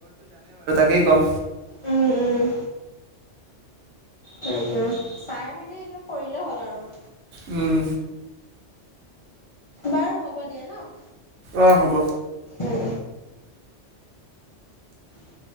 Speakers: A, on the right; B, on the left.
A: কেই কম
B: উম, উম। তাকে চাই-মেলি এতিয়া কৰিলে হ'ল, আৰু
A: উম।
B: বাৰু, হ'ব দিয়া ন'?
A: অ', হ'ব।
B: উম, উম।